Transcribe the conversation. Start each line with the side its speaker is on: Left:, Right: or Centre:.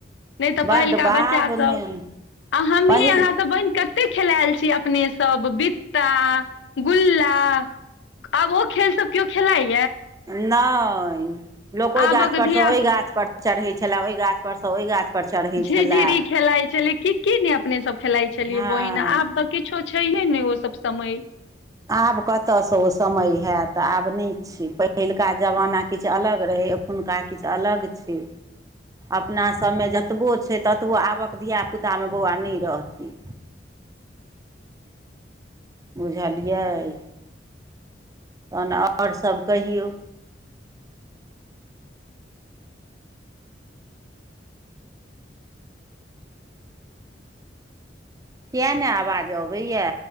Left: नहि तऽ
Right: बड्ड
Left: पहिलका
Right: बाप
Left: बच्चास सभ
Right: नहि
Left: आ हमहीँ
Right: पहिल
Left: अहाँसभ बहिन कते खेलायल छी अपने सब बित्ता गुल्ला आब ओ खेल सब केओ खेलाइ
Right: नहि लोक ओहि
Left: आबक
Right: गाछ पर
Left: धिया
Right: सँ ओहि गाछ पर चढ़ै छले ओहि गाछ पर स ओहि गाछ पर चढ़ै
Left: झिझरी
Right: छलए
Left: खेलाइत छलै की की नहि अपने सब खेलाइत छलियै
Right: हँ
Left: बहिना आब तऽ किछो छै छैहे नहि ओ सब समय
Right: आब कतयसँ ओ समय हैत आब नहि छै पहिलुका जमाना किछु अलग रहै एखुनका किछु अलग छै अपना सभमे जतबो छै ततबो आबक धियापुतामे बौआ नहि रहतै
Left: <inaudible>
Right: बुझलियै तहन और सभ कहियौ किया नहि आवाज अबैया